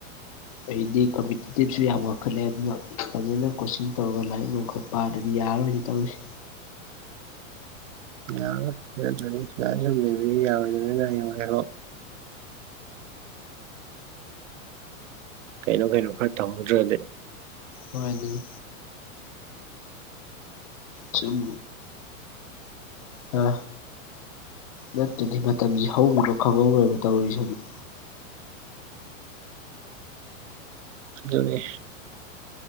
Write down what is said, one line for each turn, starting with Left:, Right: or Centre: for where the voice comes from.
Left: ꯑꯩꯗꯤ ꯀꯝꯄꯤꯇꯦꯇꯤꯞꯁꯨ ꯌꯥꯝ ꯋꯥꯡꯈꯠꯂꯦ ꯑꯗꯨꯅ ꯐꯖꯅꯥ ꯀꯣꯆꯤꯡ ꯇꯧꯔꯒ ꯂꯥꯏꯔꯤꯛ ꯅꯨꯡ ꯈꯔꯥ ꯄꯥꯗ꯭ꯔꯗꯤ ꯌꯥꯔꯣꯏꯅꯦ ꯇꯧꯔꯤꯁꯤ꯫
Right: ꯌꯥꯔꯔꯣꯏ ꯂꯦꯞꯇ꯭ꯔꯗꯤ <unintelligible> ꯂꯩꯕꯗꯤ ꯌꯥꯔꯣꯏꯗꯅꯤꯅ <unintelligible> ꯀꯩꯅꯣ ꯀꯩꯅꯣ ꯈꯔ ꯇꯧꯍꯧꯗ꯭ꯔꯗꯤ
Left: ꯃꯥꯅꯤ ꯆꯨꯝ ꯍꯥ ꯅꯠꯇ꯭ꯔꯗꯤ ꯃꯇꯝꯖꯤ ꯍꯧꯒꯤꯕ ꯈꯪꯍꯧꯔꯣꯏꯕ ꯇꯔꯤꯁꯤ ꯍꯧꯖꯤꯛ꯫
Right: ꯑꯗꯨꯅꯦ